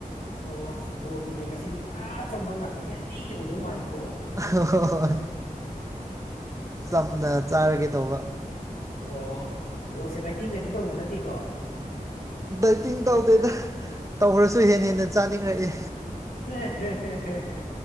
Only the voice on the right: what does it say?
ꯍꯣꯏ ꯍꯣꯏ ꯍꯣꯏ ꯆꯝꯅ ꯆꯥꯔꯒꯦ ꯇꯧꯕ
ꯗꯥꯏꯇꯤꯡ ꯇꯧꯗꯦꯗ ꯇꯧꯔꯁꯨ ꯍꯦꯟꯅ ꯍꯦꯟꯅ ꯆꯥꯅꯤꯡꯔꯛꯏ